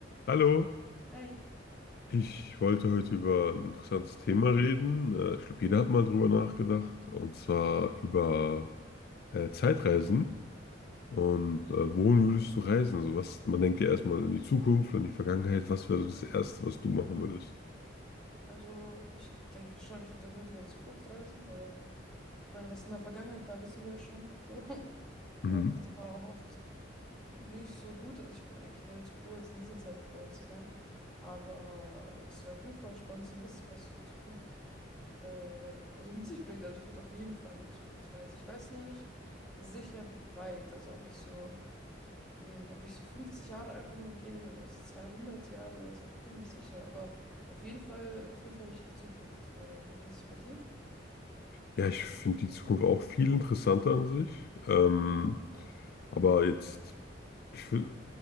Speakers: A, on the left; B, in the centre.
A: Hallo,
B: Hi.
A: ich wollte heute über ein interessantes Thema reden. Äh, Ich glaube, jeder hat mal drüber nachgedacht, und zwar über äh, Zeitreisen. Und äh, wohin würdest du reisen? So was, man denkt ja erstmal in die Zukunft, in die Vergangenheit. Was wäre so das Erste, was du machen würdest?
B: Also, ich denke schon, ich würde auf jeden Fall in die Zukunft reisen, weil ich meine, was in der Vergangenheit war, wissen wir ja schon. So. <laughs> Und
A: Mhm.
B: das war auch oft nicht so gut. Also, ich bin eigentlich relativ froh, jetzt in dieser Zeit geboren zu sein. Aber es wäre auf jeden Fall spannend zu wissen, was so die Zukunft äh, so mit sich bringt. Also, ich würde auf jeden Fall in die Zukunft reisen. Ich weiß nur nicht sicher, wie weit. Also, ob ich so Mm, Ob ich so 50 Jahre einfach nur gehen will oder so 200 Jahre oder so, ich bin mir nicht sicher. Aber auf jeden Fall, auf jeden Fall will ich in die Zukunft. Äh, und wie ist es bei dir?
A: Ja, ich finde die Zukunft auch viel interessanter an sich. Ähm, aber jetzt, ich will,